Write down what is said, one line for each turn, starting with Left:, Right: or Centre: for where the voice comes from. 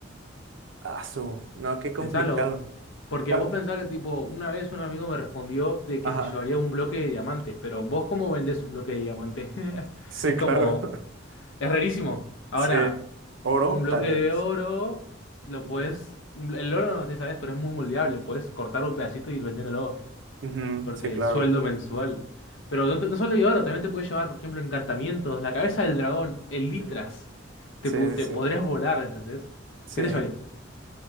Right: Ah, su, no, qué complicado.
Left: Pensalo. Porque
Right: Bueno,
Left: vos pensás que, tipo, una vez un amigo me respondió de
Right: Ajá,
Left: que se llevaría un bloque de diamante, pero vos cómo vendés un bloque de diamante? <laughs>
Right: sí,
Left: Es como,
Right: claro. <laughs>
Left: es rarísimo. Ahora,
Right: Sí, oro,
Left: un bloque
Right: tal
Left: de
Right: vez.
Left: oro, lo
Right: Ujú.
Left: puedes, el oro no sé, sabes, pero es muy moldeable, puedes cortar un pedacito y ir vendiéndolo.
Right: Ujú,
Left: corte
Right: Sí, claro.
Left: sueldo mensual. Pero no, te- no solo hay oro, también te puedes llevar, por ejemplo, encantamientos, la cabeza del dragón, elitras.
Right: Ujú.
Left: Te,
Right: Sí,
Left: pu- te
Right: sí, sí.
Left: podrías volar, ¿entendés?
Right: Sí.
Left: ¿Qué te llevarías?